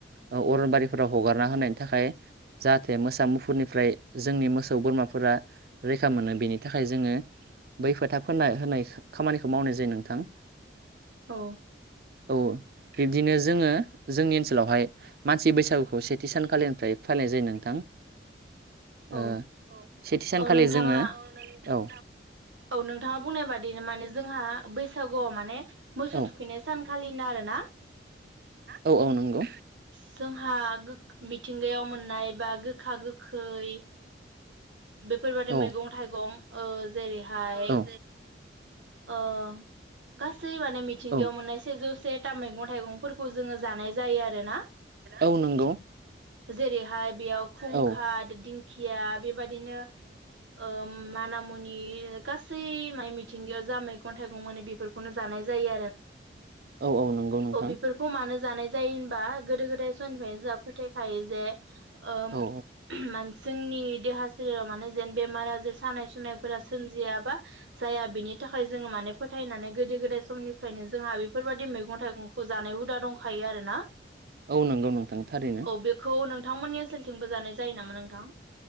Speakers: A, on the right; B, on the right.
A: औ अरनबारिफोराव हगारना होनायनि थाखाय जाहाथे मोसा मुफुरनिफ्राय जोंनि मोसौ बोरमाफोरा रै खा मोनो बेनि थाखाय जोङो बै फोथा फोनना होनाय खामानिखौ मावनाय जायो नोंथां।
B: औ
A: ओ औ बिदिनो जोङो जोंनि ओनसोलावहाय मानसि बैसागुखौ सेथि सानखालिनिफ्राय फालिनाय जायो नोंथां।
B: औ
A: ओ सेथि सानखालि
B: औ नोंथाङा
A: जोङो औ
B: औ नोंथाङा बुंनाय बादि माने जोंहा बैसागुआव माने मोसौ
A: औ
B: थुखैनाय सानखालिनो आरो ना
A: औ औ नंगौ
B: जोंहा गोग मिथिंगायाव मोननाय बा गोखा गोखै बेफोरबादि
A: गोखै
B: मैगं थाइगं ओ जेरैहा हाय
A: औ
B: ओ गासै माने मिथिंगायाव
A: औ
B: मोननाय सेजौ से था मैगं थाइगंफोरखौ जोङो जानाय जायो आरोना।
A: औ नंगौ ओ
B: जेरैहाय बेयाव खुंखा
A: औ
B: दिंखिया बेबा दिनो ओम माना मुनि गासै मिथिंगायाव जा मैगं थाइगं मोनो बेफोरखौनो जानाय जायो आरो
A: औ औ नंगौ नोंथां।
B: औ बेफोरखौ मानो जानाय जायो होनबा गोदो गोदाय समनिफ्रायनो जोंहा फोथायखायो जे ओम
A: ओ
B: <unintelligible> मान जोंनि देहा सोलेराव माने जेन बेमार आजार सानाय सुनायफोरा सोमजिया बा जाया बिनि थाखाय जोङो माने फोथाय नानै गोदो गोदाय समनिफ्रायनो जोंहा बेफोरबायदि मैगं थाइगं खौ जानाय हुदा दंखायो आरो ना।
A: औ नंगौ नोंथां थारैनो
B: औ बेखौ नोंथांमोननि ओनसोलथिंबो जानाय जायो नामा नोंथां?